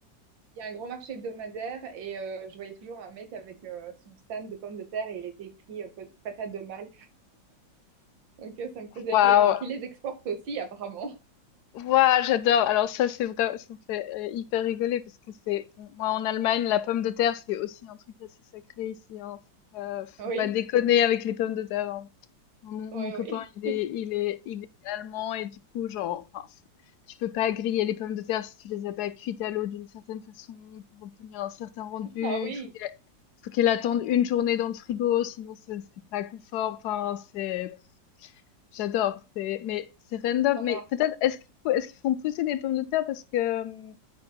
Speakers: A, on the right; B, on the left.
A: il y a un grand marché hebdomadaire et euh, je voyais toujours un mec avec euh, son stand de pommes de terre et il était écrit euh, pot- patate de Malte donc euh, ça me faisait
B: Waouh!
A: rire donc il les exporte aussi apparemment
B: Ouah, j'adore. Alors ça, c'est vrai, ça me fait euh, hyper rigoler parce que c'est, bon, moi en Allemagne, la pomme de terre, c'est aussi un truc assez sacré ici. Hein. Faut pas, faut
A: <laughs>
B: pas déconner
A: oui
B: avec les pommes de terre. hein. Enfin, Mon,
A: oui
B: mon copain,
A: oui
B: il est, il est, il est allemand et du coup, genre, enfin, faut- tu peux pas griller les pommes de terre si tu les as pas cuites à l'eau d'une certaine façon pour obtenir un certain rendu.
A: <laughs> ah oui
B: Il faut qu'elle, faut qu'elle attende une journée dans le frigo, sinon c'est c'est pas confort. Enfin, c'est J'adore, c'est mais c'est random,
A: tout en
B: mais
A: a
B: peut-être est-ce qu'ils pou- est-ce qu'ils font pousser des pommes de terre parce que hum,